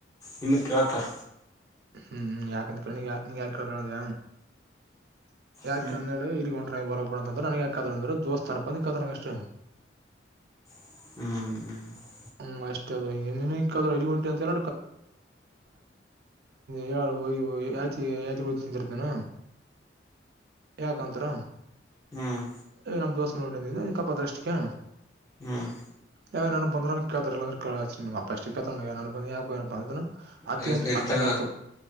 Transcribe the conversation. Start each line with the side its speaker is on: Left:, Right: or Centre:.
Left: ನಿಮಗ್ ಕೇಳ್ತಾರ
Right: ಹ್ಮ್ ಯಾಕಂತಾ ನೀ ಯಾಕ ಕೇಳೋ ಅದ ಯಾಕೆ
Left: ಹ್ಮ್
Right: ಅಂದೇಳಿ ಇಗಂಟ ಡ್ರೈವರಬಡ ಅಂದ್ರೆ ನಂಗೆ ಯಾಕದ ಅಂದ್ರೆ ದೋಸ್ಥಾನ ಬಂದದ ನನಗೆ ಅಷ್ಟೇ
Left: ಹ್ಮ್ ಹ್ಮ್
Right: ಹ್ಮ್ ಅಷ್ಟೇ ಅದು ಕ ಐದು ಗಂಟೆ ಅಂತೇಳ ಯ ಅಳು ಯತಿ ಯಾತ್ ಓದ ತಿಂತಿರ್ತಾನ ಯಾಕಂತರ
Left: ಹ್ಮ್
Right: ಏ ನಮ್ ದೋಸೆ ನ ಕಪಾತ್ರ ಅಷ್ಟಕ್ಕೆ
Left: ಹ್ಮ್
Right: ಯಾವ ನನ್ ಬಂದ್ರ ಕೇಳತಾರಲ್ಲ ಅ್ರ ಕೇಳ ನಿಮ್ಮಪ್ಪ ಎಷ್ಟೇಳ್ತ ಬ ಯಾಕುಏ ಬಂದ ಅತಿಯ
Left: ಸರಿ ಸರಿ
Right: ಅತ
Left: ತಗ